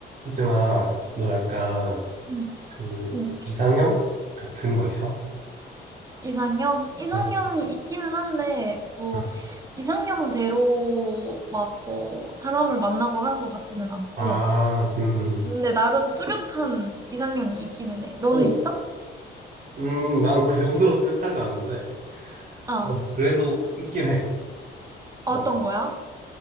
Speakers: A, on the right; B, on the right.
A: 있잖아, 너 약간
B: 음,
A: 그
B: 음.
A: 이상형 같은 거 있어?
B: 이상형? 이상형이
A: 응,
B: 있기는 한데, 뭐,
A: 응.
B: 이상형대로 막 뭐, 사람을 만나고 하는 것 같지는 않고,
A: 아, 응, 응.
B: 근데 나름 뚜렷한 이상형이 있기는 해. 너는
A: 오,
B: 있어?
A: 음, 나는 그 정도로 뚜렷하진 않은데,
B: 어.
A: 어, 그래도 있긴 해.
B: 어떤
A: 어,
B: 거야?